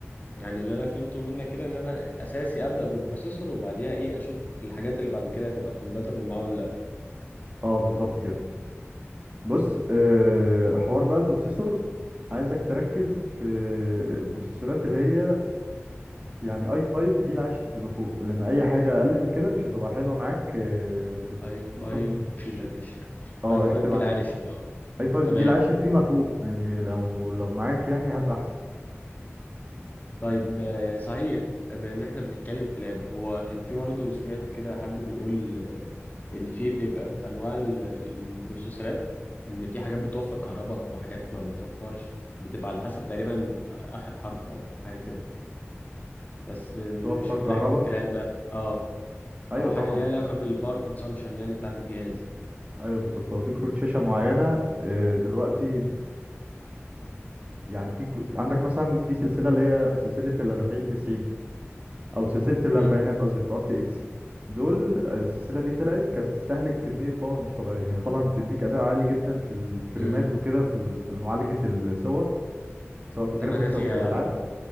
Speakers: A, on the left; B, on the right.
A: يعني اللي انا فهمته منك كده ان انا اساسي ابدا بالبروسيسور وبعديها ايه اشوف الحاجات اللي بعد كده هتبقى كومباتبل معاه ولا لا
B: اه بالظبط كده بص آه، حوار بقى البروسيسور عايزك تركز في البروسيسورات اللي هي يعني اي 5 جيل عاشر فيما فوق لان اي حاجة اقل من كده مش هتبقى حلوة معاك آه، في... في-
A: اي
B: خصوصا
A: 5 جيل
B: في الش-
A: 10
B: اه
A: اي 5
B: اكتب
A: جيل
B: عندك
A: 10
B: كده
A: اه
B: اي 5
A: تمام
B: جيل عاشر فيما فوق يعني لو لو معاك يعني هات احسن
A: طيب آه، صحيح بما ان احنا بنتكلم في لاب هو كان في برضه سمعت كده حد بيقول آه، ان في بيبقى في انواع ال- البروسيسورات ان في حاجات بتوفر كهرباء وحاجات ما بتوفرش بتبقى على حسب تقريبا اخر حرف او حاجه كده بس آه، مش
B: توفر كهرباء
A: متاكد من الكلام ده اه
B: ايوه
A: او حاجه
B: طبعا
A: ليها علاقه بالباور كونسامشن يعني بتاعه الجهاز
B: ايوه بالظبط هو في كروت شاشه معينه آه، دلوقتي بت يعني في كرو... عندك مثلا في سلسله اللي هي سلسله ال 40 90 او سلسله الاربعينات
A: امم
B: قصدي في ار تي اكس دول السلسله دي طلعت كانت بتستهلك كميه باور مش طبيعيه هي طبعا بتديك اداء عالي جدا في الفريمات
A: امم
B: وكده في ال- في معالجه الصور سواء في الجرافيكس
A: تمنها فيها
B: او في الالعاب
A: يعني اه